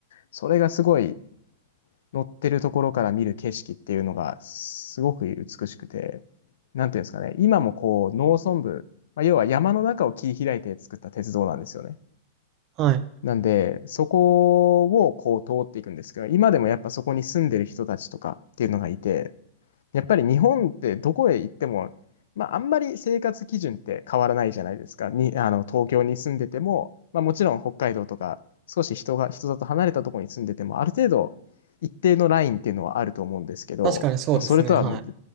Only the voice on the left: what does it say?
それがすごい乗ってるところから見る景色っていうのがすごく美しくて、なんていうんですかね、今もこう農村部、まあ、要は山の中を切り開いて作った鉄道なんですよね。
なんで、そこをこう通っていくんですけど、今でもやっぱそこに住んでる人たちとかっていうのがいて、やっぱり日本ってどこへ行っても、まあ、あんまり生活基準って変わらないじゃないですか。に、あの、東京に住んでても、まあ、もちろん北海道とか、少し人が、人里離れたところに住んでても、ある程度、一定のラインっていうのはあると思うんですけど、
もうそれとはもう